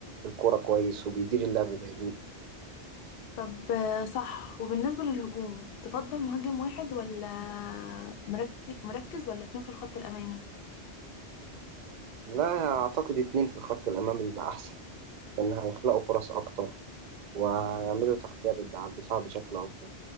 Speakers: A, on the right (about 55°); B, on the left (about 60°).
A: الكرة كويس وبيدير اللعب بهدوء
B: طب آه، صح وبالنسبة للهجوم تفضل مهاجم واحد ولا مركز مركز ولا اتنين في الخط الأمامي؟
A: لا أعتقد اتنين في الخط الأمامي يبقى أحسن لأن هيخلقوا فرص أكتر ويعملوا تغطية على الدفاع بشكل أفضل